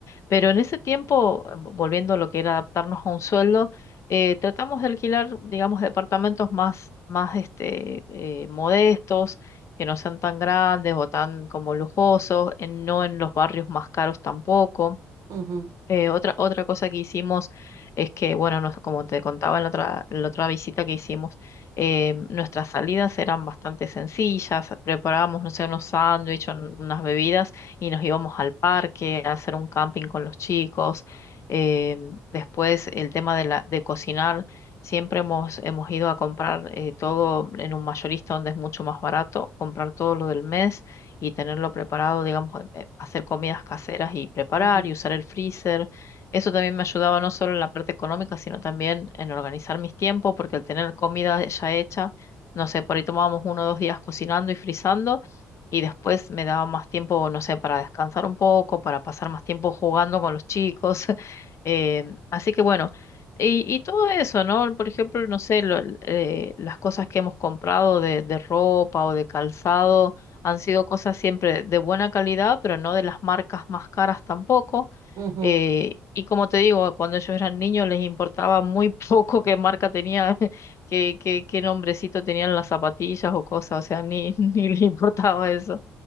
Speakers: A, on the left; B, on the right.
A: Pero en ese tiempo, em, volviendo a lo que era adaptarnos a un sueldo, eh, tratamos de alquilar, digamos, departamentos más, más este, eh, modestos, que no sean tan grandes o tan como lujosos, en- no en los barrios más caros tampoco.
B: ujú,
A: Eh, otra, otra cosa que hicimos es que, bueno, nos- como te contaba en la otra, en la otra visita que hicimos, eh, nuestras salidas eran bastante sencillas, preparábamos, no sé, unos sándwiches, un- unas bebidas y nos íbamos al parque a hacer un camping con los chicos. Eh, después el tema de, la, de cocinar, siempre hemos, hemos ido a comprar eh, todo en un mayorista donde es mucho más barato, comprar todo lo del mes y tenerlo preparado, digamos, eh, eh, hacer comidas caseras y preparar
B: ujú,
A: y usar el freezer. Eso también me ayudaba no solo en la parte económica, sino también en organizar mis tiempos, porque al tener comida ya hecha, no sé, por ahí tomábamos uno o dos días cocinando y frizando y después me daba más tiempo, no sé, para descansar un poco, para pasar más tiempo jugando con los chicos. <laughs> Eh, así que bueno, y, y todo eso, ¿no? Por ejemplo, no sé, lo- eh, las cosas que hemos comprado de, de ropa o de calzado han sido cosas siempre de buena calidad, pero no de las marcas más caras tampoco.
B: ujú.
A: Eh, y como te digo, cuando ellos eran niños les importaba muy <laughs> poco qué marca tenía, <laughs> qué, qué, qué nombrecito tenían las zapatillas o cosas, o sea, ni, <laughs> ni les importaba eso.